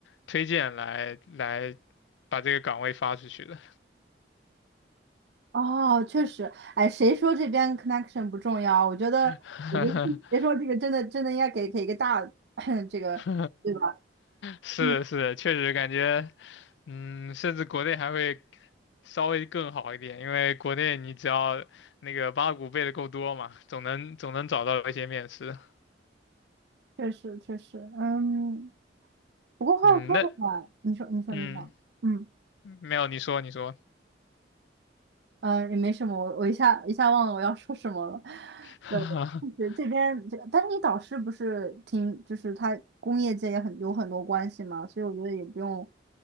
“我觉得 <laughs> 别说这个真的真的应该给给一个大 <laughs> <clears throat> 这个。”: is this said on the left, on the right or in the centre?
Right